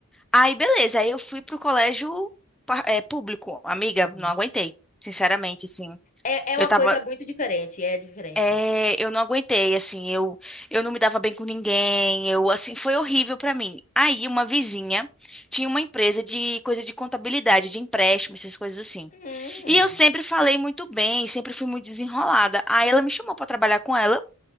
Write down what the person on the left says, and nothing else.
Hum.
É, é
uma
coisa muito diferente, é diferente.
Hum,